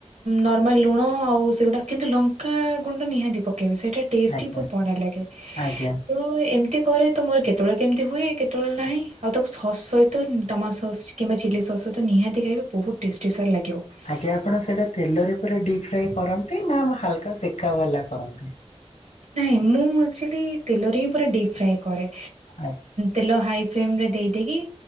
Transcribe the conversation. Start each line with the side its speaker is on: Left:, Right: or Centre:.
Right: ନର୍ମାଲ ଲୁଣ ଆଉ ସେ ତେଉଡ଼ା କିନ୍ତୁ ଲଙ୍କା ଗୁଣ୍ଡ ନିହାତି ପକେଇବେ ସେଇଟା ଟେଷ୍ଟି
Left: ଆଜ୍ଞା
Right: ବହୁତ ବଡ଼ା ଲାଗେ
Left: ଆଜ୍ଞା
Right: ତୋ ତ ଏମିତି କରେ ତ ମୋର କେତେବେଳେ କେମିତି ହୁଏ କେତେବେଳେ ନାହିଁ ଆଉ ତାକୁ ଶସ ତ ଟମାଟ ସସ୍ କିମ୍ବା ଚିଲ୍ଲି ସସ୍ ସହିତ ନିହାତି ଖାଇବେ ବହୁତ ଟେଷ୍ଟି ସାର୍ ଲାଗିବ।
Left: ଆଜ୍ଞା ଆପଣ ସେଇଟା ତେଲରେ ପୁରା ଡିପ୍ ଫ୍ରାଏ କରନ୍ତି ନା ହାଲକା ସେକା ବାଲା କରନ୍ତି।
Right: ନାଇଁ ମୁଁ ଆକ୍ଚୁ ଆଲି ତେଲରେ ହିଁ ପୁରା ଡିପ୍ ଫ୍ରାଏ କରେ।
Left: ଆଜ୍ଞା
Right: ତେଲ ହାଇ ଫ୍ରେମ୍ ରେ ଦେଇଦେଇକି